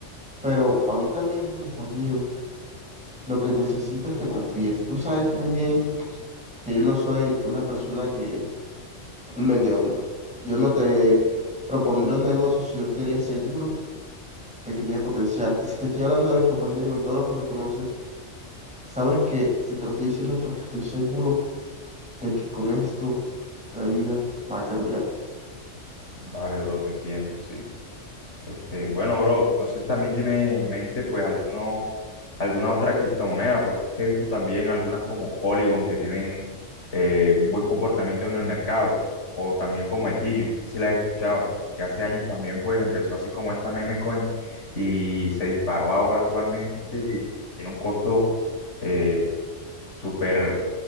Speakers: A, in the centre; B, on the left.
A: Pero ahorita mismo, Juan Diego, lo que necesito es que confíes. Tú sabes muy bien que yo no soy una persona que un vendehumos. Yo no te propondré un negocio si no eres seguro de que tiene potencial. Y si te estoy hablando de esto, Juan Diego, en todo lo que me conoces, sabes que si te lo estoy diciendo es porque estoy seguro de que con esto la vida va a cambiar.
B: Vale, bro, te entiendo, sí. Este, bueno, bro, no sé si también tienes en mente pues alguno, alguna otra criptomoneda, porque es que he visto también algunas como Polygon que tienen eh, un buen comportamiento en el mercado, o también como Ethereum, si la he escuchado, que hace años también pues empezó así como esta meme coin y se disparó ahora actualmente y tiene un costo eh, súper